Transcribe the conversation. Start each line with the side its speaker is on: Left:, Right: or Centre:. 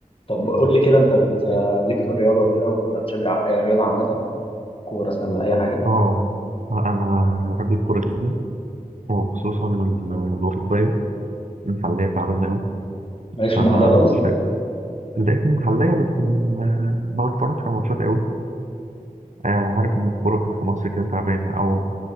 Left: طب قول لي كده انت بت... ليك في الرياضه كده ولا بتشجع اي رياضه عامه كوره سله اي حاجه
Right: اه انا بحب الكوره جدا وخصوصا ال- الأوروبية المحلية تعبانة أوي
Left: مالكش في
Right: فأنا
Left: المحليه خالص
Right: مش فاكر لقيت المحلية بس م- ما بتفرجش على ماتشات أوي آه، عارف إن الكورة كانت في مصر كده تعبانة أو